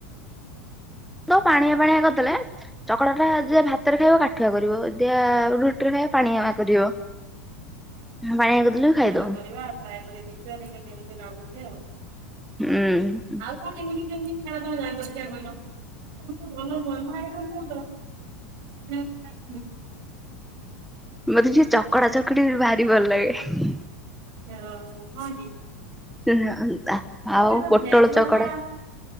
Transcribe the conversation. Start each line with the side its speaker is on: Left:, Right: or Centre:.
Centre: ତ ପାଣିଆ ପାଣିଆ କରିଦେଲେ ଚକଡ଼ା ଟା ଯେ ଭାତ ଭାତ ରେ ଖାଇବ କାଠୁଆ କରିବ ଯିଏ ରୁଟିରେ ଖାଇବା ପାଣିଆ କରିବ। ପାଣିଆ କରିଦେଲେ ବି ଖାଇଦଉ
Right: ଥରେ କରିବା ଆଉ ଟ୍ରାଏ କରି ଦେଖିବା ଟିକେ କେମିତି ଲାଗୁଛି ଆଉ।
Centre: ହୁଁ
Right: ଆଉ କଣ ଏମିତି କେମିତି ଖାଇବା ତମେ ଜାଣିଚ ଦେଖିଆ କହିଲ? ତମେ ତ ଭଲ ନୁଆଁ ନୁଆଁ ଆଇଟମ କହୁଚ ଏବେ
Centre: ମତେ ଯିଏ ଚକଡା ଚକଡି ଭାରି ଭଲ ଲାଗେ।
Right: <unintelligible>
Centre: ଏହେ ଆଉଁ
Right: ଭେଜ
Centre: ଆ, ପୋଟଳ
Right: ବାଲା
Centre: ଚୋକଡା।